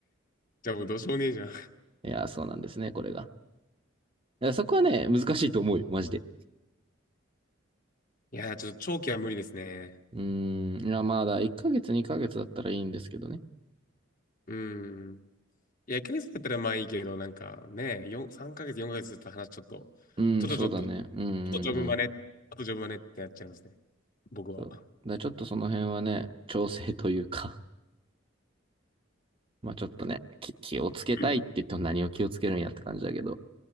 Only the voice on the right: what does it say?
いや、そうなんですね、これが。やそこはね、難しいと思うよ、マジで。
うーん、いや、まだ1ヶ月、2ヶ月だったらいいんですけどね。
うん、
そうだね。うん、うん、
うん。
そう。だからちょっとその辺はね、調整というか、<laughs> まあちょっとね、き気をつけたいって言っても何を気をつけるんやって感じだけど。